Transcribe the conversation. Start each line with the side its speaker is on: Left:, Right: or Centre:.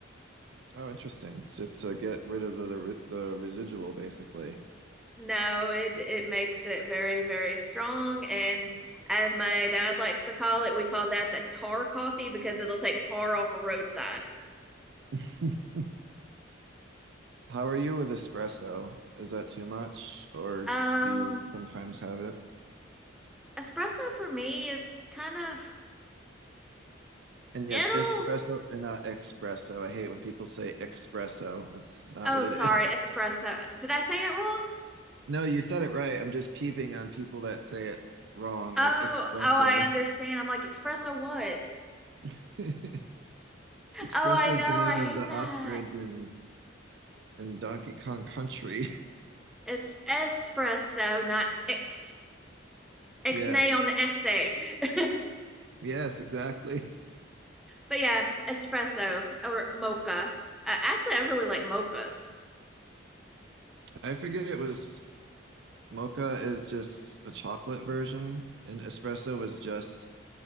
Right: Oh, interesting. It's just to get rid of the the, re- the residual, basically.
Centre: No, it it makes it very very strong and as my dad likes to call it, we call that the tar coffee because it'll take tar off a roadside.
Right: <laughs> How are you with espresso? Is that too much, or
Centre: Um
Right: do you sometimes have it?
Centre: espresso for me is kind of
Right: And
Centre: it'll
Right: yes, espresso and not espresso. I hate when people say espresso. That's not
Centre: oh
Right: what it
Centre: sorry,
Right: is.
Centre: espresso.
Right: <laughs>
Centre: Did I say it wrong?
Right: No, you said it right. I'm just peeving on people that say it wrong,
Centre: Oh,
Right: like espresso.
Centre: oh, I understand. I'm like, espresso what?
Right: <laughs> Espresso
Centre: Oh, I know.
Right: is the name
Centre: I hate
Right: of the ostrich
Centre: that.
Right: in in Donkey Kong Country.
Centre: It's espresso, not X. Ixnay
Right: <laughs> Yes,
Centre: on the essay. <laughs>
Right: yes, exactly.
Centre: but yeah, espresso or mocha. Uh, actually, I really like mochas.
Right: <laughs> I figured it was Mocha is just a chocolate version, and espresso was just